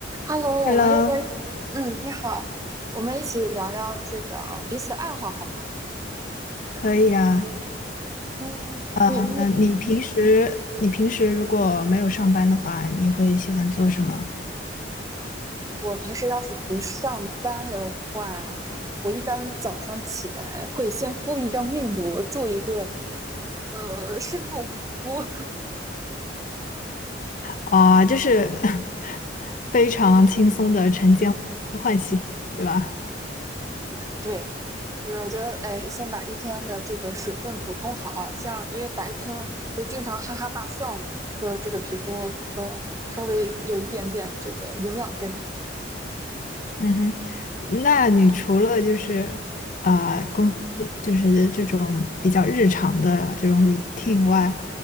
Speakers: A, on the right; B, on the left.
A: Hello，
B: Hello，
A: 我们要不然，嗯，你好，我们一起聊聊这个彼此的爱好好吗？
B: 可以啊。
A: 嗯，
B: 呃，
A: 你你，
B: 那你平时你平时如果没有上班的话，你会喜欢做什么？
A: 我平时要是不上班的话，我一般早上起来会先敷一张面膜，做一个呃深度呼。
B: 啊、就是 <laughs> 非常轻松的晨间唤醒，对吧？
A: <laughs> 对，就是我觉得，哎，先把一天的这个水分补充好啊，这样因为白天会经常哈哈大笑嘛，就是这个皮肤能稍微有一点点这个营养在里面。
B: 嗯哼，那你除了就是啊呃工，就是这种比较日常的这种 routine 外，